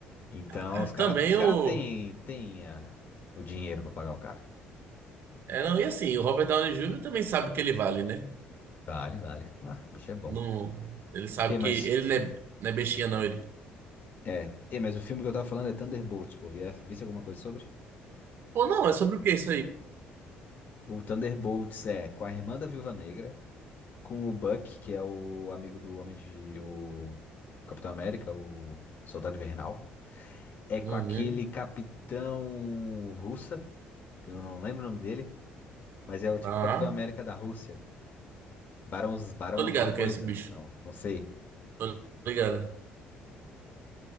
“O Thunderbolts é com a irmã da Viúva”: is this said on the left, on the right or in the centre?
Left